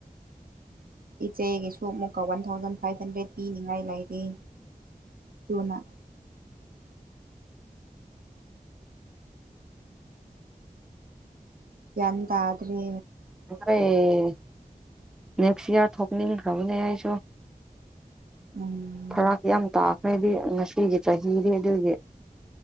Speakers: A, on the right; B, in the centre.
A: ꯏꯆꯦꯒꯤꯁꯨ ꯑꯃꯨꯛꯀ ꯋꯥꯟ ꯊꯥꯎꯖꯟ ꯐꯥꯏꯚ ꯍꯟꯗ꯭ꯔꯦꯠ ꯄꯤꯅꯤꯉꯥꯏ ꯂꯩꯔꯤ ꯇꯨꯅ ꯒꯌ꯭ꯥꯟ ꯇꯥꯗꯔꯦ
B: ꯑꯦ ꯅꯦꯛꯁꯠ ꯏꯌꯔ ꯊꯣꯛꯅꯤꯡ ꯈꯔ꯭ꯕꯅꯦ ꯑꯩꯁꯨ
A: ꯎꯝ
B: ꯐꯔꯥꯛ ꯌꯥꯝ ꯇꯥꯈ꯭ꯔꯦꯗꯤ ꯉꯁꯤꯒꯤ ꯆꯍꯤꯗꯤ ꯑꯗꯨꯒꯤ